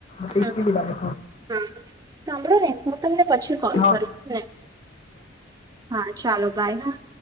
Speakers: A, on the right; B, on the left.
A: હમ
B: ટેસ્ટી
A: હમ
B: બી લાગે
A: હા સાંભળો ને હું તમને પછી કોલ
B: હા
A: કરું ને હા ચાલો બાય હા.